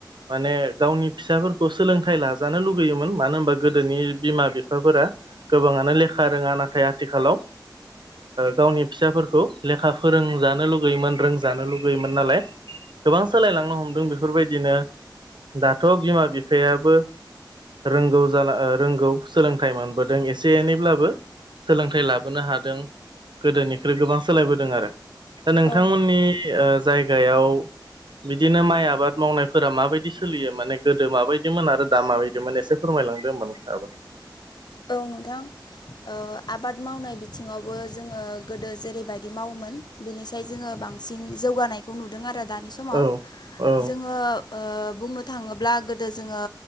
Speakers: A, on the right; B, on the left.
A: माने गावनि फिसाफोरखौ सोलोंथाइ लाजानो लुगैयोमोन मानो होनबा गोदोनि बिमा बिफाफोरा गोबाङानो लेखा रोङा नाथाय आथिखालाव गावनि फिसाफोरखौ लेखा फोरोंजानो लुगैयोमोन रोंजानो लुगैयोमोन नालाय गोबां सोलायलांनो हमदों बेफोरबायदिनो दाथ' बिमा बिफायाबो रोंगौ जाला रोंगौ सोलोंथाइ मोनबोदों एसे एनैब्लाबो सोलोंथाइ लाबोनो हादों गोदोनि बेफोर गोबां सोलायबोदों आरो दा नोंथांमोननि
B: औ
A: जायगायाव बिदिनो माइ आबाद मावनायफोरा माबायदि सोलियो माने गोदो माबायदिमोन आरो दा माबायदिमोन एसे फोरमायलांदो होमबा नोंथाङाबो
B: औ नोंथां। ओ आबाद मावनाय बिथिङावबो जोङो गोदो जेरैबायदि मावोमोन बिनिसाय जोङो बांसिन जौगानायखौ नुदों आरो दानि समाव।
A: औ औ
B: जोङो ओ बुंनो थाङोब्ला गोदो जोङो